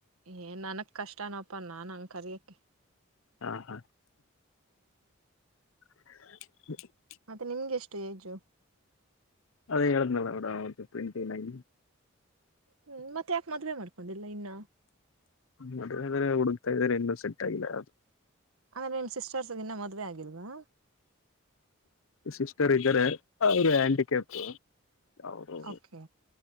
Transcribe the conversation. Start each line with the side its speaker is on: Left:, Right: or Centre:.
Right: ಏನ್ ನನಗೆ ಕಷ್ಟಾ ನಪ್ಪ ನಾನು ಹಾಗೆ ಕರೆಯಕ್ಕೆ
Left: ಹಾ ಹ್ <inaudible>
Right: ಮತ್ತೆ ನಿಮಗೆ ಎಷ್ಟು ಏಜು
Left: ಅದೇ ಹೇಳಿದೆ ಅಲ್ವಾ ಮಾಮ್ ಟ್ವೆಂಟಿ ನೈನ್
Right: ಹ್ಮ್ ಮತ್ತೆ ಯಾಕೆ ಮದುವೆ ಮಾಡ್ಕೊಂಡಿಲ್ಲ ಇನ್ನ?
Left: ಮದುವೆ ಆದ್ರೆ ಹುಡುಕ್ತಾ ಇದಾರೆ ಇನ್ನುೂ ಸೆಟ್ ಆಗಿಲ್ಲ
Right: ಇನ್ನೂ ನಿಮ್ ಸಿಸ್ಟರಸ್ದು ಮದುವೆ ಆಗಿಲ್ವಾ
Left: ಸಿಸ್ಟರ್ ಇದ್ದಾರೆ ಅವರು ಹ್ಯಾಂಡಿಕ್ಯಾಪ್ಟ ಅವ್ರು
Right: ಓಕೆ